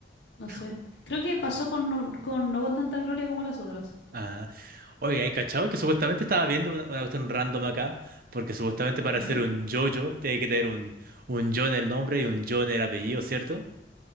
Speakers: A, on the left; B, on the right.
A: no sé.
B: Uh,
A: Creo que pasó con No, con, No con tanta gloria como las otras.
B: Ah, oye, ¿hay cachado que supuestamente estaba viendo una, una cuestión random acá? Porque supuestamente para
A: Ujú,
B: ser un JoJo tiene que tener un, un yo en el nombre y un yo en el apellido, ¿cierto?